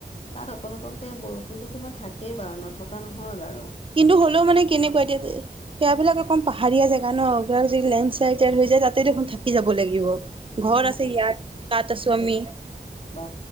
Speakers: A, on the left; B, on the right.
A: তাত অকণ অকণকৈ বৰষুণটো তোমাৰ থাকেই বাৰু নথকা নহয় বাৰু।
B: কিন্তু হ'লেও মানে কেনেকুৱা এতিয়া সেয়াবিলাক একম পাহাৰীয়া জেগা ন' এইবিলাক যদি লেণ্ড্লাইডাই হৈ যায়, তাতে দেখোন থাকি যাব লাগিব।
A: অ
B: ঘৰ আছে ইয়াত, তাত আছোঁ
A: সেই
B: আমি।
A: বা,